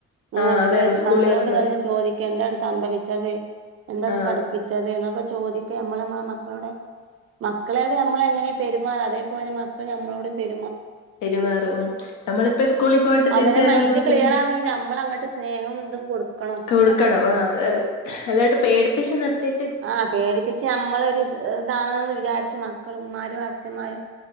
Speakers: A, on the right (about 45°); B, on the left (about 80°).
A: <unintelligible>
B: ആഹ് അതെ അതെ സ്കൂളുകൾക്കിവിടെ
A: മക്കളോട് വന്ന് ചോദിക്ക എന്താണ് സംഭവിച്ചത് എന്താണ്
B: ആഹ്
A: പഠിപ്പിച്ചത് എന്നൊക്കെ ചോദിക്ക നമ്മള് നമ്മെ മ ഓടെ മക്കളെയോട് നമ്മള് എങ്ങനെയാ പെരുമാറാ അതേ പോലെ മക്കൾ നമ്മളോടും പെരു
B: പെരുമാറും ഉം നമ്മളിപ്പോ സ്കൂളിൽ പോയിട്ട് തിരിച്ച്
A: അവരെ
B: വരുന്ന
A: മൈൻഡ്
B: കുട്ടീനെ
A: ക്ലിയർ ആവണെങ്കിൽ നമ്മൾ അങ്ങോട്ട് സ്നേഹം ഇതും കൊടുക്കണം
B: കൊടുക്കണം
A: മക്കൾക്ക്
B: ആഹ ആ അല്ലാണ്ട് പേടിപ്പിച്ചു നിർത്തി
A: ആഹ പേടിപ്പിച്ച് നമ്മളൊരു ഇതാണ്ന്ന് വിചാരിച്ച് മക്കളുംമാരും അ അച്ഛന്മാരും